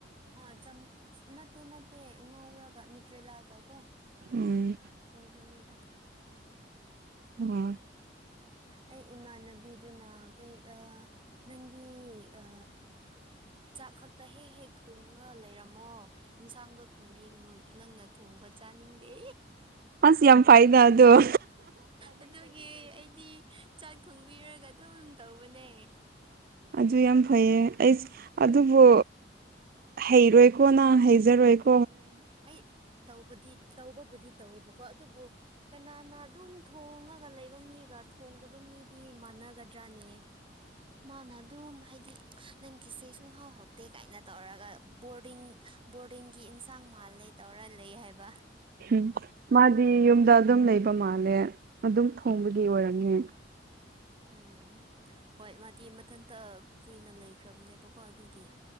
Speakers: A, on the right; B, on the right.
A: ꯑ ꯆꯝ ꯃꯠꯇꯦ ꯅꯠꯇꯦ ꯉꯎꯔꯒ ꯅꯅꯤꯇ꯭ꯔꯦꯂꯑꯒ ꯀꯣ
B: ꯎꯝ
A: ꯇ ꯃꯅꯦꯗ
B: ꯑꯣ
A: ꯑꯩ ꯏꯃꯥꯟꯅꯕꯤꯗꯨꯅ ꯀꯩ ꯅꯪꯗꯤ ꯑ ꯆꯥꯛ ꯈꯛꯇ ꯍꯦꯛ ꯍꯦꯛ ꯊꯣꯡꯉ ꯂꯩꯔꯝꯃꯣ ꯌꯦꯟꯁꯥꯡꯗꯣ ꯊꯣꯡꯕꯤꯒꯅꯨ ꯏ ꯅꯪꯅ ꯊꯣꯡꯕ ꯆꯥꯅꯤꯡꯗꯦ
B: ꯑꯁ ꯌꯥꯝ ꯐꯥꯏꯗ ꯑꯗꯨꯣ
A: ꯑꯗꯨꯒꯤ ꯑꯩꯗꯤ ꯆꯥꯛ ꯊꯣꯡꯕꯤꯔꯒ ꯑꯗꯨꯝ ꯇꯧꯕꯅꯦ
B: ꯑꯗꯨ ꯌꯥꯝ ꯐꯩꯌꯦ ꯑꯩꯁ ꯑꯗꯨꯕꯨ ꯍꯩꯔꯣꯏ ꯀꯣ ꯅ ꯍꯩꯖꯔꯣꯏ ꯀꯣ
A: ꯑꯩ ꯇꯧꯕꯗꯤ ꯇꯧꯕꯕꯨꯗꯤ ꯇꯧꯋꯦꯕꯀꯣ ꯑꯗꯨꯕꯨ ꯀꯅꯥꯅ ꯑꯗꯨꯝ ꯊꯣꯡꯉꯒ ꯂꯩꯕ ꯃꯤ ꯊꯣꯡꯗꯕ ꯃꯤꯗꯤ ꯃꯥꯟꯅꯒꯗ꯭ꯔꯥꯅꯦ ꯃꯥꯅ ꯑꯗꯨꯝ ꯍꯥꯏꯗꯤ ꯅꯪꯒꯤꯁꯦ ꯁꯨꯡꯍꯥꯎꯍꯥꯎꯇꯦ ꯀꯥꯏꯅ ꯇꯧꯔꯒ ꯕꯣꯔꯗꯤꯡ ꯕꯣꯔꯗꯤꯡꯒꯤ ꯏꯟꯁꯥꯡ ꯃꯥꯜꯂꯦ ꯇꯧꯔ ꯂꯩ ꯍꯥꯏꯕ
B: ꯎꯝ ꯃꯥꯗꯤ ꯌꯨꯝꯗ ꯑꯗꯨꯝ ꯂꯩꯕ ꯃꯥꯜꯂꯦ ꯑꯗꯨꯝ ꯊꯣꯡꯕꯒꯤ ꯑꯣꯏꯔꯝꯅꯤ
A: ꯎꯝ ꯍꯣꯏ ꯃꯥꯗꯤ ꯃꯊꯟꯇ ꯀꯨꯏꯅ ꯂꯩꯈ꯭ꯔꯕꯅꯦꯕꯀꯣ ꯑꯗꯨꯒꯤ